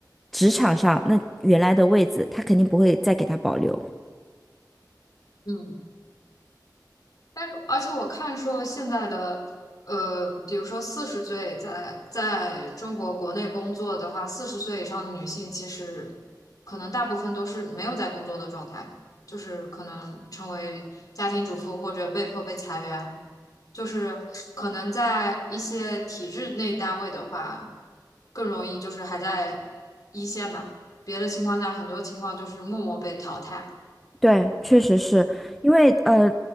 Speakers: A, in the centre; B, on the left (about 55°).
A: 职场上，那原来的位子，他肯定不会再给他保留。
B: 嗯。但是，而且我看说现在的，呃，比如说四十岁在在中国国内工作的话，四十岁以上的女性其实可能大部分都是没有在工作的状态，就是可能成为家庭主妇或者被迫被裁员，就是可能在一些体制内单位的话，更容易就是还在一线吧，别的情况下很多情况就是默默被淘汰。
A: 对，确实是因为呃，